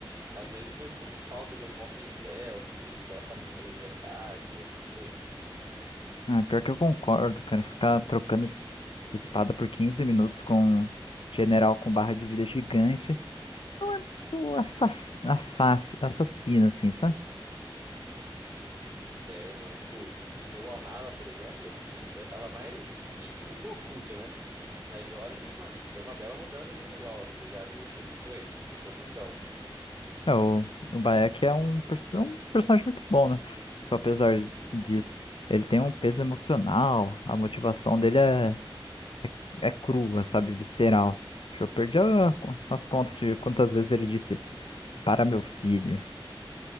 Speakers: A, on the right (about 20°); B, on the left (about 70°).
A: às vezes eu sinto falta do foco em stealth, em ser o assassino de verdade, essas coisas.
B: Ah, pior que eu concordo, cara. Ficar trocando es- espada por 15 minutos com um general com barra de vida gigante. não é muito assass- assass- assassina, assim, sabe?
A: É, mano, tipo, no Valhalla, por exemplo, eu tava mais viking do que oculto, né? Mas Origins, mano, foi uma bela mudança visual, tá ligado? O Egito também ficou lindão. <laughs>
B: É, o, o Bayek é um, perso- é um personagem muito bom, né? Tipo, apesar disso, ele tem um peso emocional, a motivação dele é, é crua, sabe? Visceral. Tipo, eu perdi a- as contas de quantas vezes ele disse para meu filho.